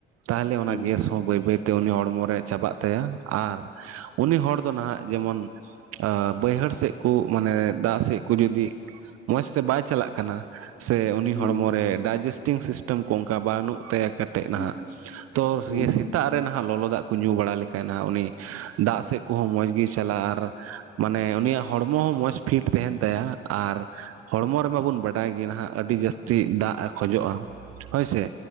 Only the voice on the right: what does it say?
ᱛᱟᱦᱚᱞᱮ ᱚᱱᱟ
ᱜᱮᱥ ᱦᱚᱸ ᱵᱟᱹᱭ ᱵᱟᱹᱭᱛᱮ ᱩᱱᱤ ᱦᱚᱲᱢᱚ ᱨᱮ ᱪᱟᱵᱟᱜ ᱛᱟᱭᱟ ᱟᱨ ᱩᱱᱤ ᱦᱚᱲ ᱫᱚ ᱱᱟᱦᱟᱜ ᱡᱮᱢᱚᱱ ᱵᱟᱹᱭᱦᱟᱹᱲ ᱥᱮᱫ ᱠᱚ ᱢᱟᱱᱮ ᱫᱟᱜ ᱥᱮᱫ ᱠᱚ ᱡᱩᱫᱤ ᱢᱚᱸᱡᱽ ᱛᱮ ᱵᱟᱭ ᱪᱟᱞᱟᱜ ᱠᱟᱱᱟ ᱥᱮ ᱩᱱᱤ
ᱦᱚᱲᱢᱚᱨ ᱨᱮ ᱰᱟᱭᱡᱮᱥᱴᱤᱝ ᱥᱤᱥᱴᱮᱢ ᱠᱚ ᱚᱱᱠᱟ ᱵᱟᱹᱱᱩᱜ ᱛᱟᱭᱟ ᱠᱟᱛᱮᱡ
ᱱᱟᱦᱟᱜ ᱛᱚ
ᱥᱮᱛᱟᱜ ᱨᱮ ᱱᱟᱦᱟᱜ ᱞᱚᱞᱚ ᱫᱟᱜ ᱠᱚ ᱧᱩ ᱵᱟᱲᱟ ᱞᱮᱠᱷᱟᱱᱡ ᱱᱟᱜ ᱩᱱᱤ ᱫᱟᱜ ᱥᱮᱡ ᱠᱚᱦᱚᱸ ᱢᱚᱡᱽ ᱜᱮᱭ ᱪᱟᱞᱟᱜᱼᱟ ᱟᱨ ᱢᱟᱱᱮ ᱩᱱᱤᱭᱟᱜ ᱦᱚᱲᱢᱚ ᱦᱚᱸ ᱢᱚᱡᱽ ᱯᱷᱤᱴ ᱛᱟᱦᱮᱱ ᱛᱟᱭᱟ ᱟᱨ ᱦᱚᱲᱢᱚ ᱨᱮᱢᱟ ᱵᱚᱱ ᱵᱟᱰᱟᱭ ᱜᱮᱭᱟ ᱱᱟᱦᱟᱜ ᱟᱹᱰᱤ ᱡᱟᱹᱥᱛᱤ ᱫᱟᱜ ᱮ ᱠᱷᱚᱡᱚᱜᱼᱟ ᱦᱚᱭ ᱥᱮ